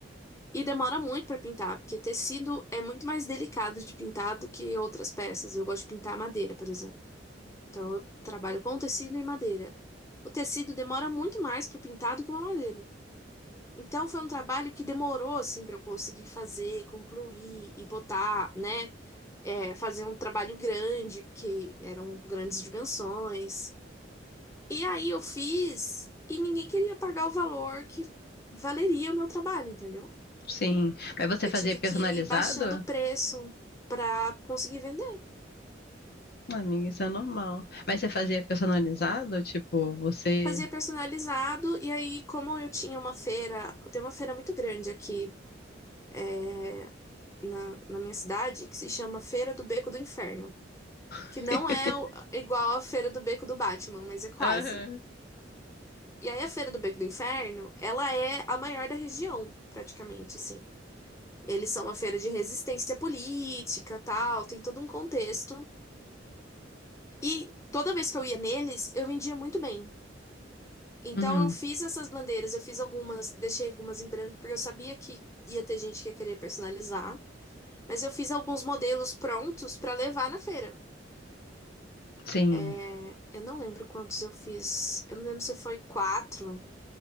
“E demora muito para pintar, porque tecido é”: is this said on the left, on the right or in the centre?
Left